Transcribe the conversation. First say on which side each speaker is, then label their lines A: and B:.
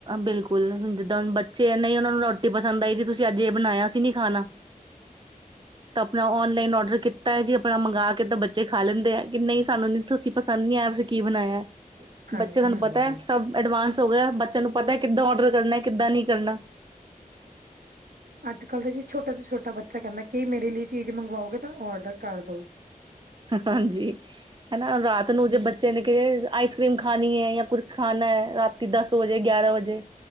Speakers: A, on the right (about 35°); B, on the right (about 80°).
A: ਬਿਲਕੁਲ ਹੁਣ ਜਿੱਦਾਂ ਹੁਣ ਬੱਚੇ ਨਹੀਂ ਉਹਨਾਂ ਨੂੰ ਰੋਟੀ, ਪਸੰਦ ਆਈ ਜੀ ਤੁਸੀਂ ਅੱਜ ਇਹ ਬਣਾਇਆ ਅਸੀ ਨੀ ਖਾਣਾ ਤਾਂ ਆਪਣਾ ਔਨਲਾਈਨ ਔਡਰ ਕੀਤਾ ਜੀ ਆਪਣਾ ਮੰਗਾ ਕੇ ਤਾਂ ਬੱਚੇ ਖਾ ਲੈਂਦੇ ਆ ਕਿ ਨਹੀਂ ਸਾਨੂੰ ਤੁਸੀਂ ਪਸੰਦ ਨਹੀਂ ਕੀ ਬਣਾਇਆ
B: ਹਾਂਜੀ
A: ਬੱਚੇ ਤੁਹਾਨੂੰ
B: ਹਾਂਜੀ
A: ਪਤਾ ਹੈ ਸਭ ਐਡਵਾਂਸ ਹੋ ਗਿਆ ਬੱਚਿਆਂ ਨੂੰ ਪਤਾ ਕਿੱਦਾਂ ਔਡਰ ਕਰਨਾ ਕਿੱਦਾਂ ਨਹੀਂ ਕਰਨਾ,
B: ਅੱਜ-ਕੱਲ ਜੀ ਛੋਟਾ ਤੋਂ ਛੋਟਾ ਬੱਚਾ ਕਹਿੰਦਾ ਕਿ ਮੇਰੇ ਲਈ ਚੀਜ਼ ਮੰਗਵਾਓਗੇ ਤਾਂ ਔਡਰ ਕਰ ਦੋ
A: ਹਾਂਜੀ ਹੈਲੋ ਰਾਤ ਨੂੰ
B: ਹਾਂਜੀ
A: ਜੇ ਬੱਚੇ ਨੇ ਕਿਹਾ ਆਈਸਕ੍ਰੀਮ ਖਾਣੀ ਹੈ। ਕੁੁਰ ਖਾਨਾ ਹੈ ਰਾਤੀ ਦਸ ਵਜੇ ਗਿਆਰਾਂ ਵਜੇ,